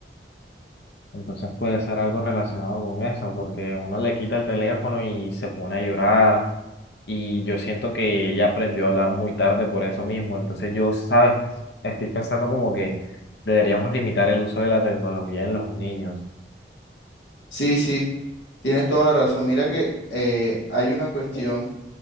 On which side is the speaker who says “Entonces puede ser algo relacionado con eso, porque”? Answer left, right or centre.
Left